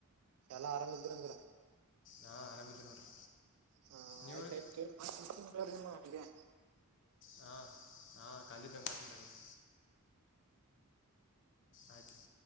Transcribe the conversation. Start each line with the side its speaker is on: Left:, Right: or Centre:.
Right: ಎಲ್ಲಾ ಆರಾಮ ಇದಿದೀರಂದ್ರ
Left: ಹಾ ಆರಾಮಿದ್ದೇ ನೋಡ್ರಿ
Right: ಹ
Left: ನೀವು
Right: ಆಯ್ತಾಯಯ್ತವ
Left: ರೀ
Right: ನಿಮ್ಮ ನಿಗೆ
Left: ಹಾ ಹಾ ಖಾಲಿದ್ದಾಗ ಮಾಡ್ತನ್ ತಗ್ರರಿ ಆಯ್ತ್ ರೀ